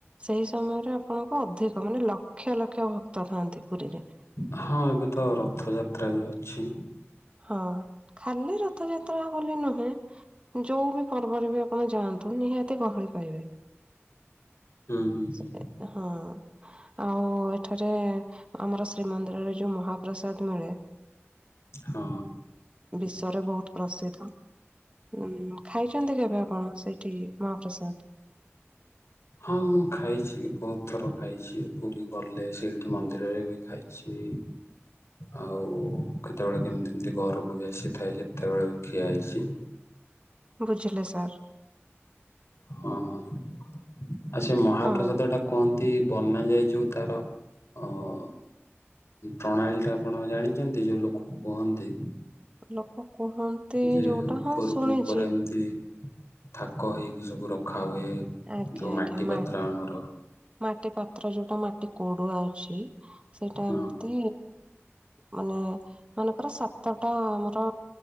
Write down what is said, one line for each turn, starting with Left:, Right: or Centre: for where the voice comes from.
Right: ସେଇ ସମୟରେ ଆପଣଙ୍କୁ ଅଧିକ ମାନେ ଲକ୍ଷ ଲକ୍ଷ ଭ ତ ଥାନ୍ତି ପୁରୀରେ।
Left: ହଁ ଏବେ ତ ରଥଯାତ୍ରା ବି ଅଛି।
Right: ହଁ ଖାଲି ରଥଯାତ୍ରା ବୋଲି ନୁହେଁ। ଯୋଉ ବି ପର୍ବରେ ବି ଆପଣ ଯାଆନ୍ତୁ। ନିହାତି ଗହଳି ପାଇବେ।
Left: ହୁଁ ହୁଁ ହୁଁ
Right: ସେଟି ଏ ହଁ ଆଉ ଏଠାରେ ଆମର ଶ୍ରୀମନ୍ଦିରରେ ଯୋଉ ମହାପ୍ରସାଦ ମିଳେ
Left: ହଁ।
Right: ବିଶ୍ଵରେ ବହୁତ ପ୍ରସିଦ୍ଧ। ଉନ, ଖାଇଛନ୍ତି କେବେ ଆପଣ ସେଇଠି ମହାପ୍ରସାଦ?
Left: ହଁ ମୁଁ ଖାଇଛି। ବହୁତ ଥର ଖାଇଛି। ପୁରୀ ଗଲେ ସେଇଠି ମନ୍ଦିରରେ ବି ଖାଇଛି। ଆଉ କେତେବେଳେ କେମିତି ଏମତି ଘରକୁ ବି ଆସିଥାଏ। ସେତେବେଳେ ବି ଖିଆ ହେଇଛି।
Right: ବୁଝିଲେ ସାର୍।
Left: ହଁ, ହଁ ଆଉ ସେ ମହାପ୍ରସାଦ
Right: ହଁ।
Left: ଟା କୁହନ୍ତି ବନା ଯାଏ ଯୋଉ ତାର ଅ, ଉଁ, ପ୍ରଣାଳୀ ଟା ଆପଣ ଜାଣିଚନ୍ତି ଯୋଉ ଲୋକ କୁହନ୍ତି?
Right: ଲୋକ କୁହନ୍ତି
Left: ଯେ
Right: ଯୋଉଟା
Left: ଉପରକୁ
Right: ହଁ ଶୁଣିଛି।
Left: ଉପରେ ଏମିତି ଥାକ ହେଇକି ସବୁ ରଖା ହୁଏ
Right: ଆଜ୍ଞା
Left: ଯୋଉ
Right: ଆଜ୍ଞା
Left: ମାଟି
Right: ମା
Left: ପାତ୍ର ଆମର।
Right: ମାଟି ପାତ୍ର ଯୋଉଟା ମାଟି କୋଡୁଆ ଅଛି ସେଇଟା
Left: ହଁ
Right: ଏମିତି ମାନେ ମାନଙ୍କର ସାତଟା ଆମର